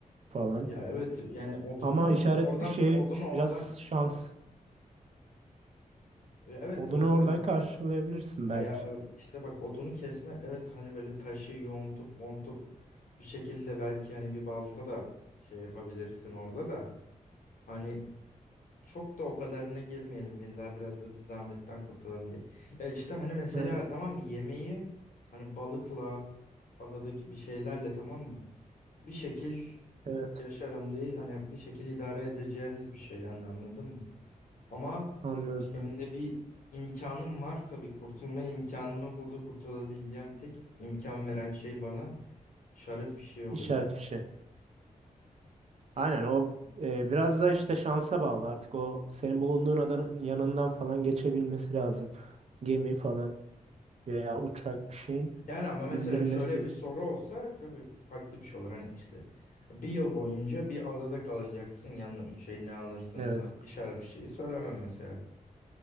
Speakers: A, on the right; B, on the left.
A: falan.
B: Ya evet yani odunu
A: Ama işaret
B: oradan
A: fişeği
B: odunu
A: ş-
B: oradan
A: biraz şans.
B: ya evet
A: Odunu
B: orada
A: oradan
B: bir
A: karşılayabilirsin
B: ya,
A: belki.
B: ya, e, işte bak odunu kesme evet hani böyle taşı yontup montup bir şekilde belki hani bir balta da şey yapabilirsin orada da hani çok da o kadarına girmeyelim biz daha biraz da bir zahmetten kurtulalım diye. Ya işte hani mesela
A: Ha,
B: tamam mı yemeği hani balıkla adadaki bir şeylerle tamam mı? bir şekil
A: evet
B: yaşarım değil hani bir şekil idare edeceğimiz bir şey yani anladın mı? Ama
A: anladım.
B: şimdi bir imkanım varsa bir kurtulma imkanımı burada kurtulabileceğim tek imkan veren şey bana şarap fişeği oluyor.
A: İşaret fişeği. Aynen o e, biraz da işte şansa bağlı. Artık o senin bulunduğun adanın yanından falan geçebilmesi lazım. Gemi falan veya uçak bir şeyin
B: Yani ama mesela
A: bildirilmesi
B: şöyle
A: için.
B: bir soru olsa tabii farklı bir şey olur. Hani işte bir yıl boyunca bir adada kalacaksın yanına üç şey ne alırsın
A: Evet.
B: da işaret bir şeyi söylemem mesela.